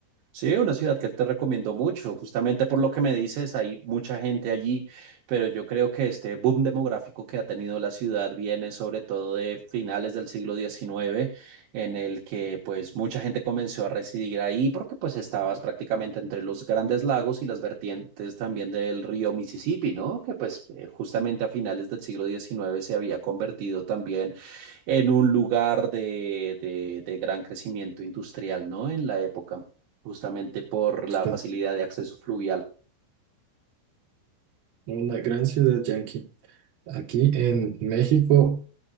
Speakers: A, on the right; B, on the right.
A: Sí, una ciudad que te recomiendo mucho, justamente por lo que me dices, hay mucha gente allí, pero yo creo que este boom demográfico que ha tenido la ciudad viene sobre todo de finales del siglo diecinueve, en el que pues mucha gente comenzó a residir ahí porque pues estabas prácticamente entre los grandes lagos y las vertientes también del río Mississippi, ¿no? Que pues eh, justamente a finales del siglo diecinueve se había convertido también en un lugar de, de, de gran crecimiento industrial, ¿no? En la época, justamente por
B: Justo,
A: la facilidad de acceso fluvial.
B: Una gran ciudad yanqui. Aquí en México,